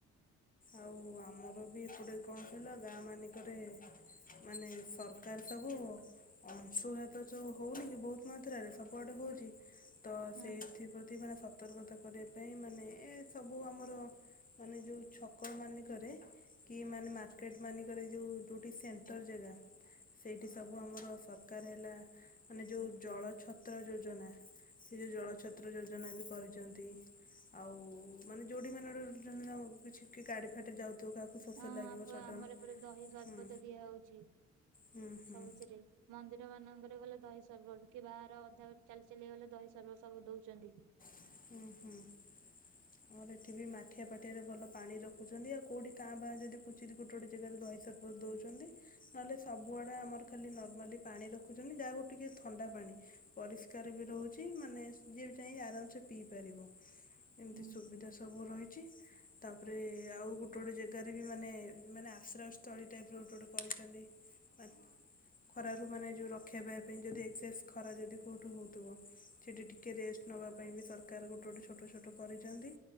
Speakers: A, on the left; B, on the right.
A: ଆଉ ଆମର ବି ଏପଟେ କଁ କହିଲ ଗାଁ ମାନଙ୍କରେ। ମାନେ ସରକାର ସବୁ। ଅଂଶୁଘାତ ଯୋଉ ହଉନି କି ବହୁତ ମାତ୍ରାରେ ସବୁଆଡେ ହଉଛି ତ
B: ହଁ
A: ସେଇଥି ପ୍ରତ୍ ପ୍ରତି ମାନେ ସତର୍କତା କରିବା ପାଇଁ ମାନେ ଏ ସବୁ ଆମର ମାନେ ଯୋଉ ଛ ଛକ ମାନଙ୍କରେ କି ମାନେ ମାର୍କେଟ ମାନିଙ୍କରେ ଯୋଉଠି ସେଣ୍ଟର ଜାଗା। ସେଇଠି ସବୁ ଆମର ସରକାର ହେଲା ମାନେ ଯୋଉ ଜଳ ଛତ୍ର ଯୋଜନା। ସେ ଯୋଉ ଜଳଛତ୍ର ଯୋଜନା ବି କରିଛନ୍ତି। ଆଉ ମାନେ ଯୋଉଠି ମାନେ <inaudible> କିଛି ଗାଡି ଫାଟ ଯାଉଥିବ କାହାକୁ। ଶୋଷ
B: ହଁ
A: ଲାଗିବ
B: ଆପ
A: ସଡ଼ନ
B: ଆମର ଏପଟେ ଦହି ସର୍ବତ
A: ହୁଁ
B: ଦିଆ ହଉଛି
A: ହୁଁ ହୁଁ
B: ସବୁଥିରେ। ମନ୍ଦିର ମାନଙ୍କରେ ଗଲେ ଦହି ସରବର କି ବାହାର ଅଧାରୁ ଚାଲି ଚାଲି ଗଲେ ଦହି ସରବର ସବୁ ଦଉଛନ୍ତି।
A: ହୁଁ ହୁଁ। ଆମର ଏଠି ବି ମାଠିଆ ପାଠିଆରେ ଭଲ ପାଣି ରଖୁଛନ୍ତି ଆଉ କୋଉଠି କାଁ ବାଁ ଯଦି କୁଚୁରି ଗୋଟେ ଗୋଟେ ଜାଗାରେ ଦହି ସରବତ ଦଉଛନ୍ତି ନହେଲେ ସବୁଆୁଡେ ଆମର ଖାଲ ନର୍ମାଲି ପାଣି ରଖ ରଖୁଛନ୍ତି ଯାହା ହଉ ଟିକେ ଥଣ୍ଡା ପାଣି ପରିଷ୍କାର ବି ରହୁଛି ମାନେ ଯିଏ ବି ଯାଇ ଆରାମସେ। ପିଇ ପାରିବ ଏମିତି
B: ହୁଁ
A: ସୁବିଧା ସବୁ ରହିଛି। ତାପରେ ଆଉ ଗୋଟେ ଗୋଟେ ଜାଗାରେ ବି ମାନେ ମାନେ ଆଶ୍ରୟ ସ୍ଥଳୀ ଟାଇପ ର ଗୋଟେ ଗୋଟେ କରିଛନ୍ତି। ପ ଖରାରୁ ମାନେ ଯୋଉ ରକ୍ଷା ପାଇ ପାଇଁ ଯଦି ଏକ୍ସେସ୍ ଖରା ଯଦି କୋଉଠୁ ହଉଥିବ। ସେଠି ଟିକେ ରେଷ୍ଟ ନବା ପାଇଁ ବି ସର ସରକାର ଗୋଟେ ଗୋଟେ ଛୋଟ ଛୋଟ କରିଛନ୍ତି